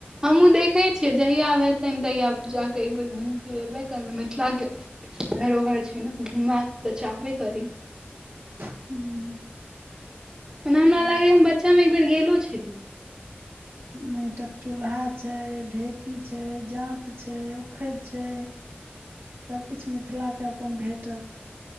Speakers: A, on the right; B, on the right.
A: हमूँ देखै छियै जहिया आब हत तहिया जाकऽ एकबेर घुइम फि फिर लेबे करबय मिथिला के धरोहर छै न घूमबाक तऽ चाहबे करी
B: हूँ
A: एना हमरा लागैया हम बच्चा मे एक बेर गेलो छलियै
B: मइटक चूल्हा छै ढेकी छै जांत छै उखैड़ छै सबकिछ मिथिलाके अपन भेटत